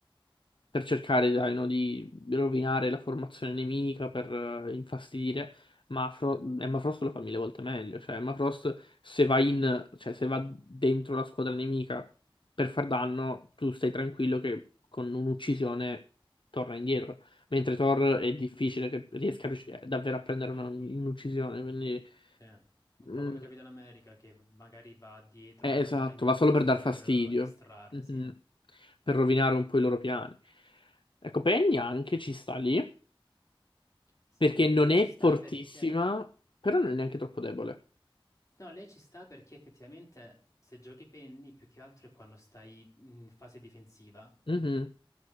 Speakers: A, on the left; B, on the left.
A: per cercare, dai, no, di rovinare la formazione nemica, per eh, infastidire, ma Fro- Emma Frost lo fa mille volte meglio. Cioè, Emma Frost se va in, cioè se va dentro la squadra nemica per far danno, tu stai tranquillo che con un'uccisione torna indietro. Mentre Thor è difficile che riesca a riusci- eh, davvero a prendere una- un'uccisione, quindi...
B: Sì. Un po'
A: Mm,
B: come Capitan America che magari va dietro
A: eh,
B: una
A: esatto,
B: squadra amica
A: va solo
B: giusto
A: per dar
B: per
A: fastidio,
B: eh, distrarre,
A: Mhm.
B: sì. eh.
A: Per rovinare un po' i loro piani. Ecco, Penny anche ci sta lì,
B: Sì,
A: perché non
B: lei
A: è
B: ci sta
A: fortissima,
B: perché...
A: però non è neanche troppo debole.
B: No, lei ci sta perché effettivamente se giochi penny più che altro è quando stai in fase difensiva.
A: Mhm,